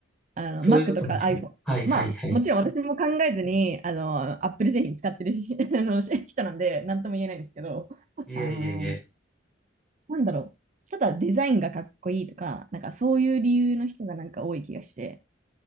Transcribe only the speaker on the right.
あの、
Mac とか iPhone。
まあ、もちろん私も考えずに、あの、Apple 製品使ってる <laughs> あのし人なんで、なんとも言えないんですけど、
あの、なんだろう。ただデザインがかっこいいとか、なんかそういう理由の人がなんか多い気がして、